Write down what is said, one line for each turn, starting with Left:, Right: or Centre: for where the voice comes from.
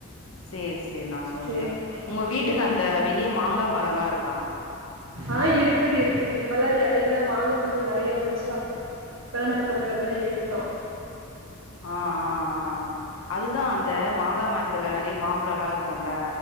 Left: செரி செரி செரி நான் சொல்றே
Right: சேரி
Left: உங்க வீட்டுக்கு
Right: ம்
Left: அந்த வெளிய மாங்காய் மரம் எல்லாம் இருக்கு
Right: ஆ இருக்குது இருக்குது இப்பதா எடையில வாங்கு கொஞ்சோ நெறைய வந்துச்சா இப்பதா நாங்க கொஞ்ச அதெல்லா எடுத்தோ
Left: ஆ ஆ ஆ ஆ அதுதா அந்த மாங்கா மரத்துல நெறைய மாம்பழலா இருக்குல்ல